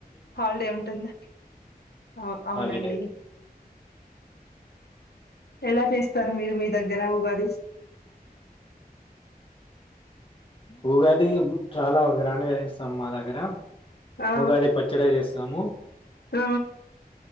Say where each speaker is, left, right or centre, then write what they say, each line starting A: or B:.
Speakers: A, on the left; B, on the left.
A: హాలిడే ఉంటుంది అ అవునండి
B: హాలిడే
A: ఎలా చేస్తారు మీరు మీ దగ్గర ఉగాద్
B: ఉగాది ఇంమ్ చాలా ఉంది గ్రాండ్ గా చేస్తాం మా దగ్గర
A: ఆ
B: ఉగాది పచ్చడే చెస్ నమో
A: ఆ